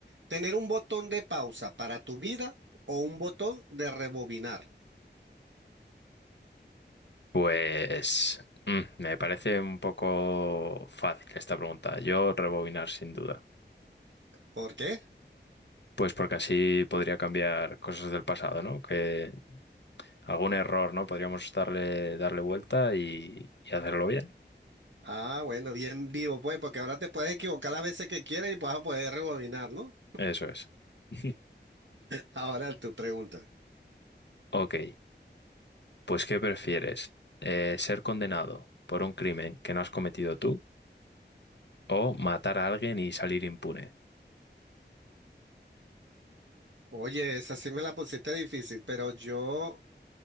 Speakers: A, on the right; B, on the left.
A: Tener un botón de pausa para tu vida o un botón de rebobinar.
B: Pues mm, me parece un poco fácil esta pregunta. Yo rebobinar sin duda.
A: ¿Por qué?
B: Pues porque así podría cambiar cosas del pasado, ¿no? Que algún error, ¿no? Podríamos darle, darle vuelta y, y hacerlo bien.
A: Ah, bueno, bien vivo, pues, porque ahora te puedes equivocar las veces que quieras y vas a poder rebobinar, ¿no?
B: Eso es. <laughs>
A: Ahora tú pregúntame.
B: Ok, pues ¿qué prefieres? Eh, ¿ser condenado por un crimen que no has cometido tú o matar a alguien y salir impune?
A: Oye, esa sí me la pusiste difícil, pero yo